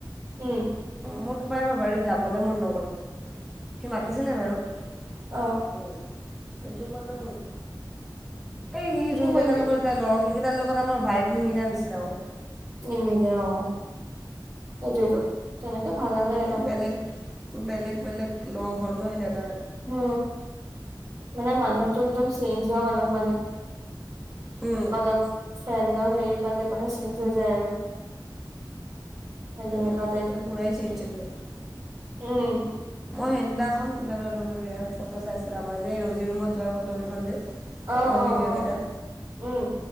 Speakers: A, on the right; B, in the centre.
A: উম।
B: মোৰ কিবা এবাৰ বাৰ্থডেত যাবলৈ মন নগ'ল। সি মাতিছিলে বাৰু
A: অ
B: <unintelligible> কিন্তু মানে এই সি
A: কিনো
B: যোন
A: কৰিবি
B: কেইটাৰ লগত যাই লগ সেইকেইটাৰ লগত আমাৰ ভাইফ নিমিলা নিচিনা অ।
A: নিনিলে অ সেইটোৱেটো তেনেকে ভাল নালাগে
B: এই
A: ন
B: বেলেগ বেলেগ বেলেগ লগ হ'ল ন এতিয়া তাৰ
A: উম মানে মানুহতটো একদম চেঞ্জ হোৱা মানুহ মানে।
B: উম,
A: অলপ ফ্ৰেণ্ডৰ হেৰি পালে মানে চেঞ্জ হৈ যায় আৰু। সেই যেনেকুৱা
B: মানুহটো
A: টাইপ
B: এতিয়া পূৰাই চেঞ্জ হৈ গ'ল।
A: উম।
B: মই সেইদিনাখন <unintelligible> ফটো চাইছিলে আমাৰ যে ৰজি ৰুমত যোৱা ফটো কেইখন যে ফটো
A: অ অ
B: ভিডিঅ'
A: অ
B: কেইটা
A: উম